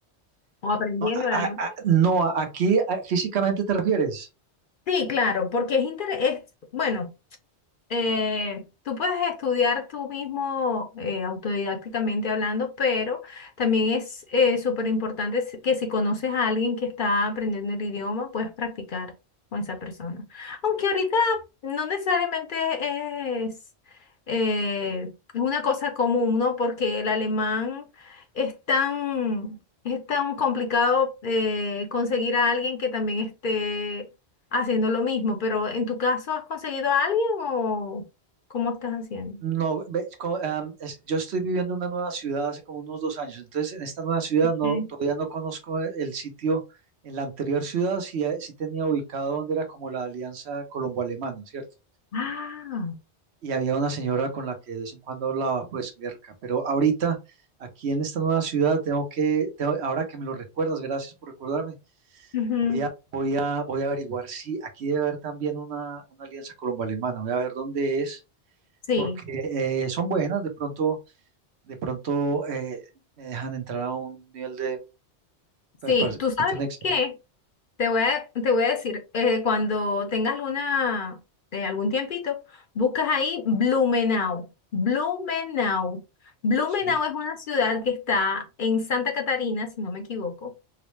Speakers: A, on the left; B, on the right.
A: o aprendiendo
B: No, a-
A: el alemán?
B: a- a- no, a- aquí a- físicamente te refieres.
A: Sí, claro, porque es, inter- es bueno, eh, tú puedes estudiar tú mismo eh, autodidácticamente hablando, pero también es eh, súper importante s- que si conoces a alguien que está aprendiendo el idioma, puedes practicar con esa persona. Aunque ahorita no necesariamente es, eh, es una cosa común, ¿no? Porque el alemán es tan... Es tan complicado eh, conseguir a alguien que también esté haciendo lo mismo, pero en tu caso, ¿has conseguido a alguien o cómo estás haciendo?
B: No, ve, co- am, es- yo estoy viviendo en una nueva ciudad hace como unos dos años, entonces en esta nueva ciudad no,
A: Sí.
B: todavía no conozco e- el sitio. En la anterior ciudad sí, eh, sí tenía ubicado donde era como la alianza colombo-alemana, ¿cierto?
A: Ah,
B: Y había una señora con la que de vez en cuando hablaba, pues, cerca. Pero ahorita, aquí en esta nueva ciudad, tengo que, tengo- ahora que me lo recuerdas, gracias por recordarme,
A: ujú,
B: voy a, voy a, voy a averiguar si aquí debe haber también una, una alianza colombo-alemana, voy a ver dónde es,
A: Sí,
B: porque eh, son buenas, de pronto de pronto eh, me dejan entrar a un nivel de, pues,
A: sí,
B: para ser
A: tú sabes
B: un excelente.
A: qué, te voy a, te voy a decir, eh, cuando tengas alguna, eh, algún tiempito, buscas ahí Blumenau, Blumenau. Blumenau
B: Sí.
A: es una ciudad que está en Santa Catarina, si no me equivoco,